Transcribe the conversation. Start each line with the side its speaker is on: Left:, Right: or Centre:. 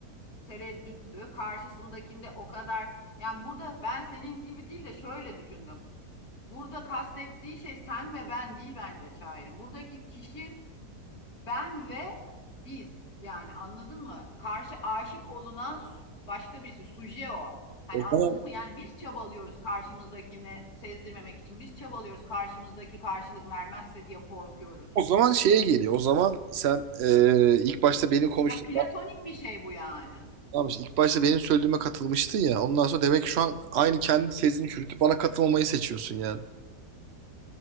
Left: tereddütlü. Karşısındakinde o kadar yani burada ben senin gibi değil de şöyle düşündüm. Burada kastettiği şey sen ve ben değil bence şairin. Buradaki kişi ben ve biz. Yani anladın mı? Karşı aşık olunan başka birisi, suje o. Hani
Right: o zaman
Left: anladın mı? Yani biz çabalıyoruz karşımızdakini sezdirmemek için. Biz çabalıyoruz karşımızdaki karşılık vermezse diye korkuyoruz.
Right: o zaman şeye geliyor. O zaman sen e, ilk başta benim konuştuğum
Left: Ya platonik bir şey bu yani.
Right: anlamış. ilk başta benim söylediğime katılmıştın ya. Ondan sonra demek ki şu an aynı kendi tezini çürütüp bana katılmamayı seçiyorsun yani.